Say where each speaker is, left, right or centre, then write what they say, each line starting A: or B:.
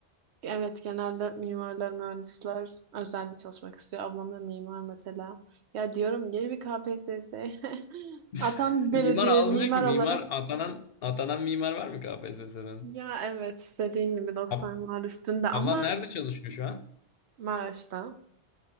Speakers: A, on the right; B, on the left.
A: Evet genelde mimarlar, mühendisler özelde çalışmak istiyor. Ablam da mimar mesela. Ya diyorum gel bir KPSS. <laughs>
B: <laughs>
A: Atam bir
B: Mimar
A: belediye
B: almıyor
A: mimar
B: ki. Mimar
A: olarak.
B: atanan atanan mimar var mı KPSS'den?
A: Ya evet dediğin gibi 90'lar
B: Ab
A: üstünde ama
B: ablan nerede çalışıyor şu an?
A: Maraş'ta